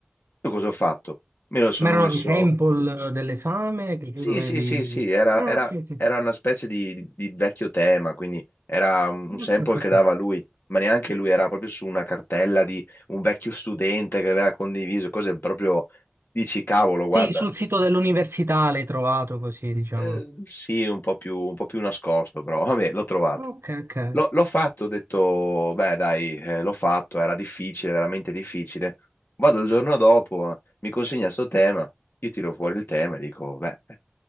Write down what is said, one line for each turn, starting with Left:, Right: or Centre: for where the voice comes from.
Left: Io cosa ho fatto? Me lo sono
Right: Ma erano
Left: messo,
Right: dei sample dell'esame che
Left: sì,
Right: tu dovevi...
Left: sì, sì, sì, era,
Right: Ah,
Left: era-
Right: ok, ok.
Left: era una specie di, di- di vecchio tema, quindi era un
Right: Ok,
Left: sample
Right: ok, ok.
Left: che dava lui, ma neanche lui, era proprio su una cartella di un vecchio studente che aveva condiviso cose proprio, dici, cavolo, guarda,
Right: Sì, sul sito dell'università l'hai trovato così, diciamo.
Left: eh, sì, un po' più, un po' più nascosto, però vabbè, l'ho trovato.
Right: Ok, ok, è
Left: L'ho l'ho fatto, ho detto, beh, dai, eh, l'ho fatto, era difficile, veramente difficile. Vado il giorno dopo, eh, mi consegna sto tema, io tiro fuori il tema e dico, beh...